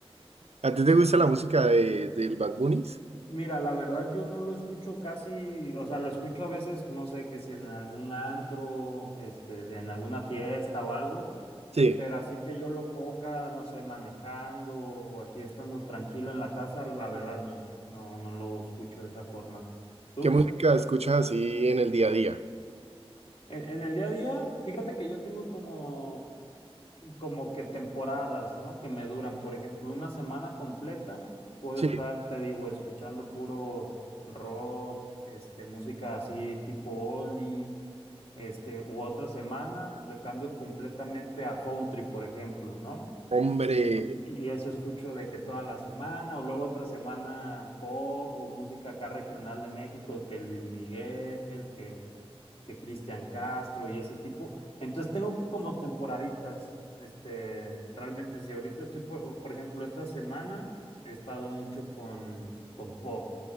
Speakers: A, on the right (about 90°); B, on the left (about 65°).
A: ¿A ti te gusta la música de, del Bad Bunnies?
B: Mira, la verdad yo no lo escucho casi, o sea, lo escucho a veces, no sé, que si en algún antro, este, en alguna fiesta o algo,
A: Sí.
B: pero así que yo lo ponga, no sé, manejando o aquí estando tranquilo en la casa, la verdad no, no, no lo escucho de esa forma. ¿Tú?
A: ¿Qué música escuchas así en el día a día?
B: En, en el día a día, fíjate que yo tengo como como que temporadas, ¿no? Que me duran, por ejemplo, una semana completa, puedo
A: Sí.
B: estar, te digo, escuchando puro rock, este, música así tipo oldie, este, u otra semana le cambio completamente a country, por ejemplo, ¿no?
A: Hombre,
B: Y, y eso escucho de que toda la semana, o luego otra semana pop o música acá regional de México, que Luis Miguel, que que Cristian Castro y ese tipo. Entonces tengo como temporaditas, este, realmente si ahorita estoy, por, por ejemplo, esta semana he estado mucho con, con pop,